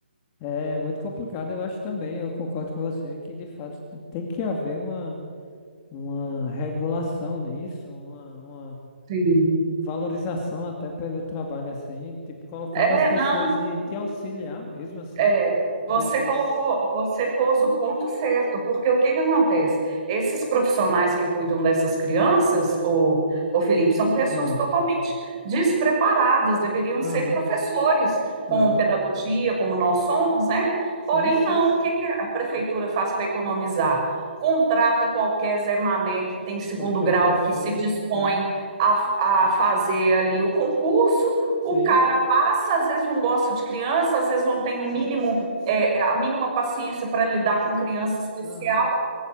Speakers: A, on the left (about 20°); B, on the right (about 30°).
A: é muito complicado, eu acho também. Eu concordo com você que, de fato, tem que haver uma, uma regulação disso, uma, uma
B: sim.
A: valorização até pelo trabalho assim, tipo, colocar
B: É,
A: mais pessoas
B: não,
A: de, de auxiliar mesmo assim,
B: É, você
A: de, de...
B: colocou,
A: s-
B: você pôs o ponto certo, porque o que que acontece? Esses profissionais que cuidam dessas crianças, o, o Felipe, são pessoas
A: Ah,
B: totalmente despreparadas, deveriam
A: aham,
B: ser professores com
A: aham.
B: pedagogia, como nós somos, né?
A: Sim,
B: Porém,
A: sim,
B: não.
A: sim.
B: O que que a prefeitura faz para economizar? Contrata qualquer Zé Mané que tem segundo
A: Qualquer
B: grau,
A: pessoa,
B: que se dispõe
A: aham.
B: a, a fazer ali o concurso
A: Sim,
B: o cara passa, às vezes não gosta de criança, às vezes não tem o
A: sim,
B: mínimo,
A: sim, sim.
B: é, é, a mínima paciência para lidar com criança especial,
A: Aham,